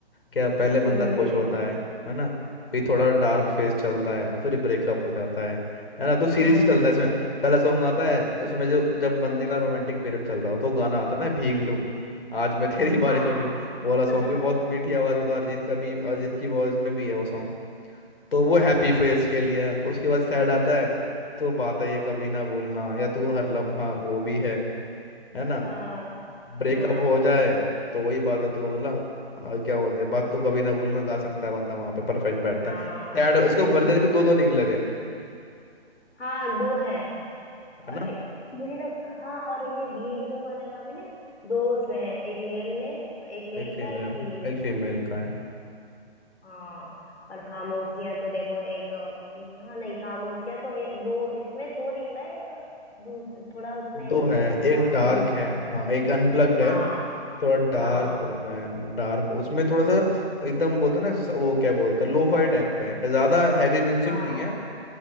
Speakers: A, on the left; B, on the left.
A: क्या पहले बंदा
B: हम्म
A: खुश होता है है ना फिर थोड़ा डार्क फेस चलता है फिर ब्रेकअप हो जाता है है ना तो सीरीज
B: हाँ
A: ही चलता है इसमें पहला सॉन्ग आता है उसमें जो जब बंदे का रोमांटिक पीरियड चल रहा हो तो गाना आता है ना भीग लूं आज मैं <laughs> तेरी बारिश
B: हाँ
A: में भीग लूं। वो वाला सॉन्ग
B: <laughs> हम्म
A: भी बहुत मीठी आवाज वो तो अरिजीत का भी अरिजीत की वॉइस में भी है वो सॉन्ग तो वो हैप्पी फेस के लिए है। उसके बाद सैड आता है तो बात है ये कभी ना भूलना या तू हर लम्हा वो भी है है ना
B: हाँ
A: ब्रेकअप
B: हाँ
A: हो जाए तो वही बात है तो
B: हम्म,
A: बोला आ, क्या बोलते हैं बात तो कभी ना बोलना गा सकता है बंदा वहां पे परफेक्ट बैठता
B: हाँ
A: है सैड इसको
B: <laughs>
A: वर्जन भी दो दो निकले थे
B: हाँ दो हैं
A: है ना
B: और मुझे लग हाँ और ये भीगलू वाले का भी ना दो उसमें है, एक मेल ने एक मेल
A: एक फीमेल
B: का एक
A: है,
B: फीमेल का
A: एक फीमेल का है
B: हाँ और खामोशियां तो देखो एक हाँ नहीं खामोशियां तो ए, दो इसमें दो निकला है एक दूस- थोड़ा उसमें
A: दो
B: करके
A: है
B: है क्या
A: एक डार्क
B: अन
A: है हाँ एक अनप्लग्ड
B: हाँ
A: है थोड़ा डार्क
B: हाँ
A: होता है डार्क उसमें थोड़ा
B: हाँ
A: सा एकदम बोलते हैं ना स- वो क्या बोलते हैं लोफाई टाइप का है ज्यादा हैवी म्यूजिक
B: हाँ
A: नहीं है